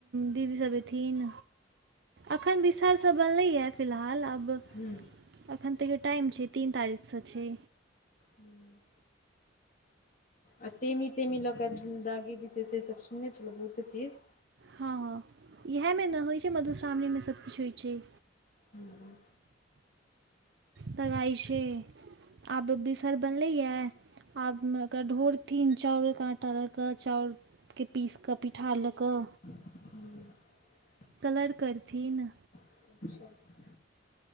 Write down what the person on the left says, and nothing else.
हूँ।
हूँ। आ तेमी- टेमी ल क दागी वि सब सुनने छल बहुते चीज।
हूॅं।
हूं <inaudible>
अच्छा! <unintelligible>